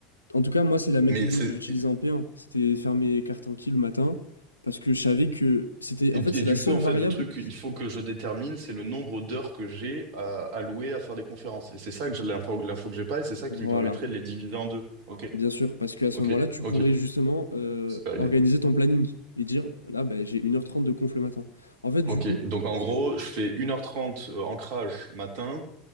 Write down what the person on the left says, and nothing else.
en tout cas, moi, c'est la méthode
que j'utilisais en P1. C'était faire mes cartes en qui le matin, parce que je savais que c'était,
en fait,
c'est
la seule
variable.
Voilà,
bien sûr, parce qu'à ce
moment-là, tu
pourrais justement euh,
organiser
ton planning et dire, là, ben, j'ai une heure trente de conf le matin. En fait, du
coup,
parce
que-